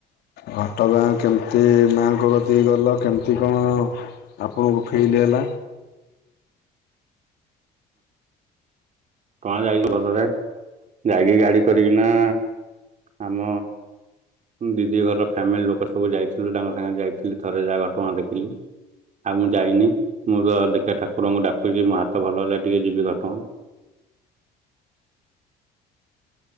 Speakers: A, on the left; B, on the right.
A: ଘଟଗାଁ କେମିତି ମାଆଙ୍କୁ ଗତିକି ଗଲ କେମିତି କଣ? ଆପଣଙ୍କୁ ଫିଲ ହେଲା?
B: କଣ ଯାଇଛ ଭଲରେ ଯାଇକି ଗାଡି କରିକିନା ଆମ ଦିଦି ଘରର ଫ୍ୟାମିଲି ଲୋକ ସବୁ ଯାଇଥିଲୁ ତାଙ୍କ ସାଙ୍ଗରେ ଯାଇଥିଲି ଥରେ ଯାହା ଘଟଣା ଦେଖିଲି। ଆଉ ମୁଁ ଯାଇନି ମୁଁ ତ ଦେଖା ଠାକୁରଙ୍କୁ ଡାକୁଛି ମୋ ହାତ ଭଲ ହେଲେ ଟିକେ ଯିବି ଘଟଗାଁ।